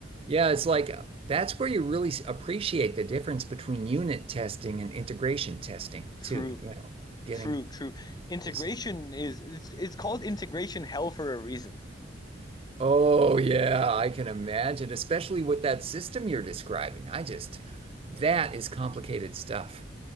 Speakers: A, on the right (about 30°); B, on the left (about 20°).
A: Yeah. It's like, uh, that's where you really s- appreciate the difference between unit testing and integration testing,
B: true,
A: too. You know, getting
B: true, true. Integration
A: uh,
B: is it's it's called integration hell for a reason.
A: Oh yeah, I can imagine, especially with that system you're describing. I just, that is complicated stuff.